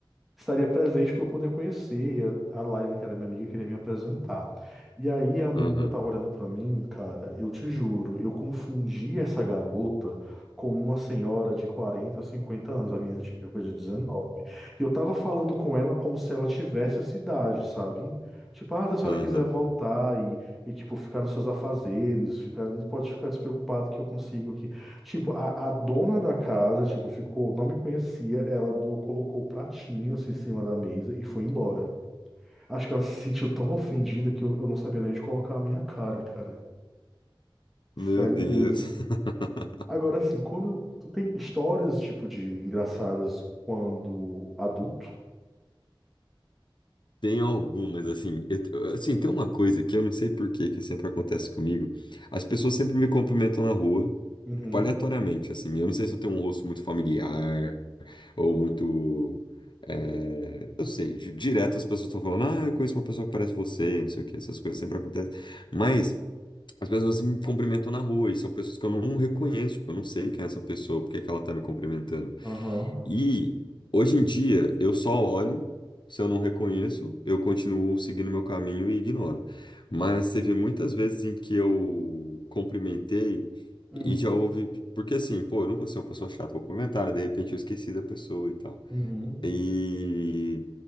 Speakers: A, in the centre; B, on the left.
A: estaria presente para eu poder conhecer. E a a Laila, que era minha amiga, queria me apresentar. E aí a menina
B: aham.
A: tava olhando para mim, cara, eu te juro, eu confundi essa garota com uma senhora de 40, 50 anos, a minha tinha coisa de 19. E eu tava falando com ela como se ela tivesse essa idade, sabe? Tipo, ah, se a senhora
B: Aham.
A: quiser voltar e, e tipo, ficar nos seus afazeres, ficar, não pode ficar despreocupado que eu consigo Tipo, a, a dona da casa, tipo, ficou, não me conhecia, ela do- colocou o pratinho assim em cima da mesa e foi embora. Acho que ela se sentiu tão ofendida que eu, eu não sabia nem onde colocar a minha cara, cara.
B: Meu
A: Sério
B: Deus.
A: mesmo.
B: <laughs>
A: Agora, assim, quando tu tem histórias, tipo, de engraçadas quando adulto?
B: Tem algumas, assim, eu te- assim, tem uma coisa que eu não sei por que que sempre acontece comigo. As pessoas sempre me cumprimentam na rua,
A: Uhum,
B: tipo, aleatoriamente, assim. Eu não sei se eu tenho um rosto muito familiar ou muito. é, eu sei, di- direto as pessoas estão falando, ah, eu conheço uma pessoa que parece você, não sei o que, essas coisas sempre acontecem. Mas as pessoas assim, me cumprimentam na rua e são pessoas que eu não reconheço, tipo, eu não sei quem é essa pessoa, por que que ela tá me cumprimentando.
A: aham,
B: E hoje em dia eu só olho, se eu não reconheço, eu continuo seguindo meu caminho e ignoro. Mas teve muitas vezes em que eu cumprimentei
A: uhum,
B: e já houve, porque assim, pô, eu não vou ser uma pessoa chata, vou cumprimentar, né? de repente eu esqueci da pessoa e tal.
A: uhum,
B: E